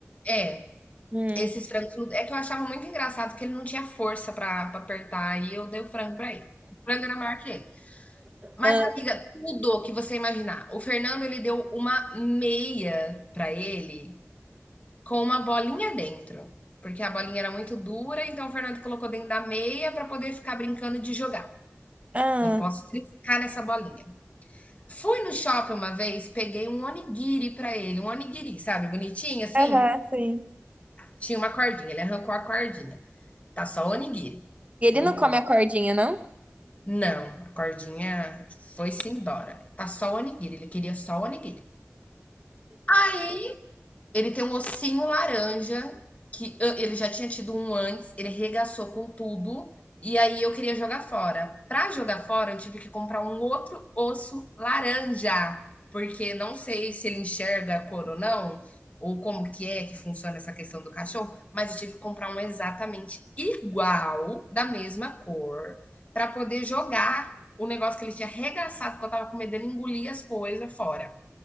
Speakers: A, on the left; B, on the right.
A: É,
B: Hum.
A: esses frangos não- é que eu achava muito engraçado que ele não tinha força pra pra apertar e eu dei o frango pra ele. O frango era maior que ele. Mas
B: Ah,
A: amiga, tudo que você imaginar. O Fernando ele deu uma meia pra ele com uma bolinha dentro, porque a bolinha era muito dura, então o Fernando colocou dentro da meia para poder ficar brincando de jogar.
B: ah.
A: Não posso triscar nessa bolinha. Fui no shopping uma vez, peguei um onigiri para ele, um onigiri, sabe, bonitinho assim.
B: Aham, sim.
A: Tinha uma cordinha, ele arrancou a cordinha. Tá só onigiri.
B: E ele
A: Não
B: não come
A: pode.
B: a cordinha, não?
A: Não, a cordinha foi-se embora. Tá só o onigiri, ele queria só o onigiri. Aí Ele tem um ossinho laranja, que ah, ele já tinha tido um antes, ele regaçou com tudo, e aí eu queria jogar fora. Para jogar fora, eu tive que comprar um outro osso laranja, porque não sei se ele enxerga a cor ou não, ou como que é que funciona essa questão do cachorro, mas eu tive que comprar um exatamente igual, da mesma cor, para poder jogar o negócio que ele tinha arregaçado, que eu tava com medo dele engolir as coisas fora.